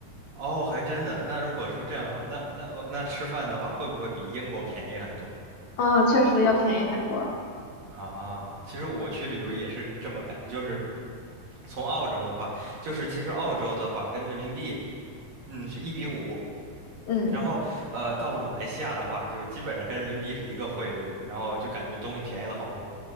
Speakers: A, on the right; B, on the left.
A: 哦，还真的。那如果说这样的话，那那哦那吃饭的话，会不会比英国便宜很多
B: 啊，确实要便宜很多。
A: 啊？其实我去旅游也是这么感觉，就是从澳洲的话，就是其实澳洲的话跟人民币，嗯，是一比五。
B: 嗯，
A: 然后，呃，到了马来西亚的话，就基本上跟人民币是一个汇率，然后就感觉东西便宜了好多。